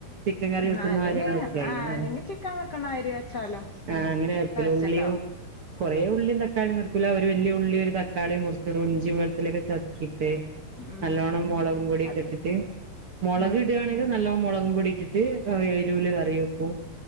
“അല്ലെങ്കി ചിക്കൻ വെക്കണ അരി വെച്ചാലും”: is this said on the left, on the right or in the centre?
Left